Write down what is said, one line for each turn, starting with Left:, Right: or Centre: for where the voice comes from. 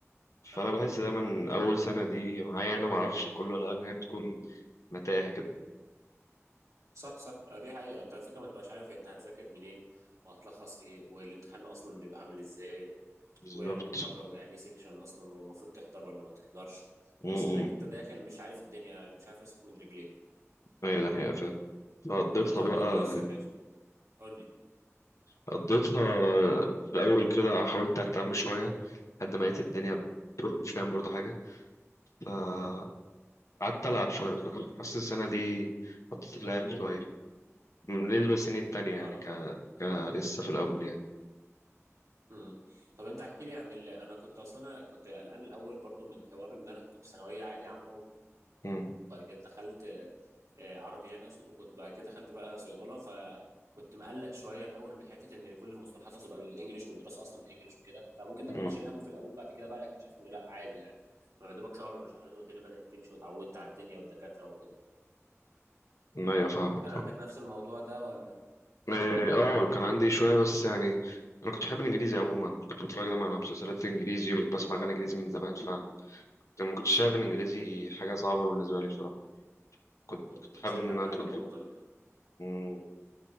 Right: ايوه
Left: فانا بحس
Right: ايوه
Left: دايما اول سنه دي معايا انا ما اعرفش كله لان هي بتكون متاهه كده
Right: صح صح اه، دي حقيقه انت على فكره ما تبقاش عارف انت هتذاكر منين وهتلخص ايه والامتحان اصلا بيبقى عامل ازاي
Left: بالظبط
Right: ويعني ايه محاضره ويعني ايه سيكشن اصلا والمفروض تحضر ولا ما تحضرش
Left: امم
Right: تحس انك انت داخل مش عارف الدنيا يعني مش عارف راسك من رجليك
Left: ايوه ده حقيقه فعلا قضيتها
Right: انتوا
Left: بقى
Right: عندكم السكاشن قول لي
Left: قضيتها في الاول كده حاولت اهتم شويه لحد ما لقيت الدنيا بتروح مش فاهم برضه حاجه فقعدت العب شويه بصراحه حاسس السنه دي قضيت اللعب شويه بالنسبه للسنين التانية
Right: اه
Left: يعني ك... ك لسه في الاول يعني
Right: امم طب انت احكي لي عن اللي انا كنت اصلا أنا كنت قلقان الاول برضو من حوار ان انا كنت ثانويه عادي عامه
Left: امم
Right: وبعد كده دخلت آه، عربي يعني اقصد وكنت بعد كده دخلت بقى صيدله فكنت مقلق شويه الاول من حته ان كل المصطلحات هتبقى بالانجلش والدراسه اصلا بالانجلش وكده فممكن ده
Left: امم
Right: كنت شايل همه في الاول بعد كده بقى اكتشفت انه لا عادي يعني يا دوبك شهر ولا شهرين والدنيا بدات تمشي واتعودت على الدنيا والدكاتره وكده
Left: ايوه فاهمك
Right: كان
Left: فاهم
Right: عندك نفس الموضوع ده ولا
Left: اه آه، كان عندي شوية بس يعني انا كنت بحب الانجليزي عموما كنت بتفرج دايما على مسلسلات انجليزي وبسمع اغاني انجليزي من زمان فما كنتش شايف الانجليزي حاجة صعبة بالنسبة لي بصراحة كنت
Right: كنت
Left: كنت
Right: كنت
Left: حابب
Right: شايل
Left: ان
Right: هم
Left: انا ادخل
Right: يعني النقطه دي
Left: مم.